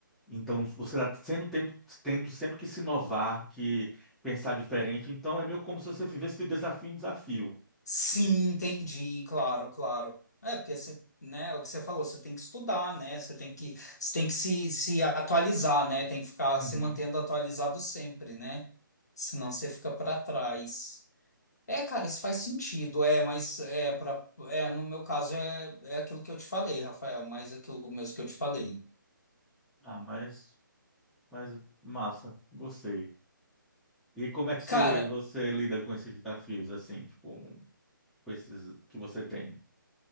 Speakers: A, in the centre; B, on the left.
A: Então, você está sendo tempo, tendo sempre que se inovar, que pensar diferente. Então, é meio como se você vivesse de desafio em desafio.
B: Sim, entendi, claro, claro. É, porque você, né, é o que você falou, você tem que estudar, né? Você tem que você tem que se se atualizar, né? Tem que ficar
A: Uhum.
B: se mantendo atualizado sempre, né? Senão você fica para trás. É, cara, isso faz sentido, é, mas é para é, no meu caso é, é aquilo que eu te falei, Rafael, mas aquilo mesmo que eu te falei.
A: Ah, mas, mas massa, gostei. E como é que você,
B: Cara,
A: você lida com esses desafios, assim, tipo, com esses que você tem?